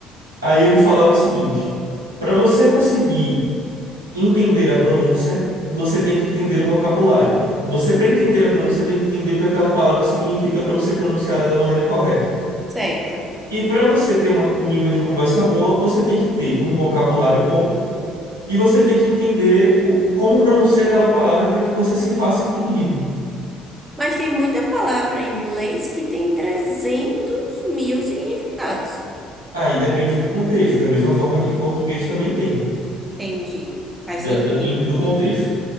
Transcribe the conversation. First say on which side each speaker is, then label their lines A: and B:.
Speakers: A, on the right; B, on the right.
A: Aí ele falava o seguinte: para você conseguir entender a pronúncia, você tem que entender o vocabulário. Você, para entender a pronúncia, tem que entender o que aquela palavra significa para você pronunciar ela da maneira correta.
B: Certo.
A: E para você ter uma- um nível de conversa boa, você tem que ter um vocabulário bom e você tem que entender o- como pronunciar aquela palavra para que você se faça entendido.
B: Mas tem muita palavra em inglês que tem 300 mil significados.
A: Aí depende do contexto, da mesma forma que em português também tem.
B: Entendi. Faz
A: De-
B: sentido.
A: Depende do contexto.